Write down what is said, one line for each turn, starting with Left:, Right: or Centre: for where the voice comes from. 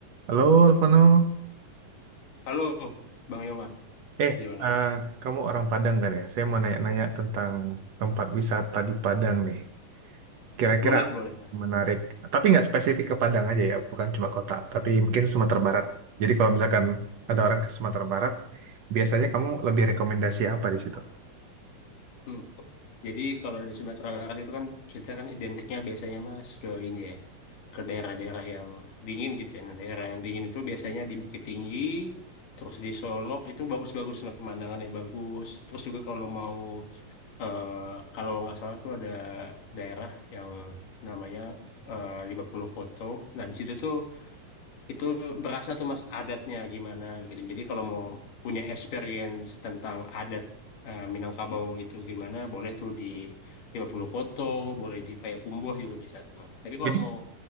Right: Halo Alvano,
Left: Halo, Bang Yoma.
Right: eh
Left: Gimana,
Right: eh,
Left: Bang?
Right: kamu orang Padang kan ya? Saya mau nanya-nanya tentang tempat wisata di Padang nih. Kira-kira
Left: Boleh,
Right: apa
Left: boleh,
Right: yang
Left: Mas.
Right: menarik, tapi nggak spesifik ke Padang aja ya, bukan cuma kota, tapi mungkin Sumatera Barat. Jadi kalau misalkan ada orang ke Sumatera Barat, biasanya kamu lebih rekomendasi apa di situ?
Left: Hmm. Jadi kalau di Sumatera Barat itu kan kita kan identiknya biasanya Mas ke ini ya, ke daerah-daerah yang dingin gitu ya. Nah, daerah yang dingin itu biasanya di Bukit Tinggi, terus di Solok itu bagus-bagus nah pemandangannya bagus. Terus juga kalau mau eh, kalau nggak salah tuh ada daerah yang namanya eh, lima puluh Koto. Nah, di situ tuh itu berasa tuh mas adatnya gimana gitu. Jadi kalau mau punya experience tentang adat eh, Minangkabau itu gimana, boleh tuh di lima puluh Koto, boleh di Payakumbuh juga bisa tuh mas. Tapi kalau
Right: Jadi,
Left: mau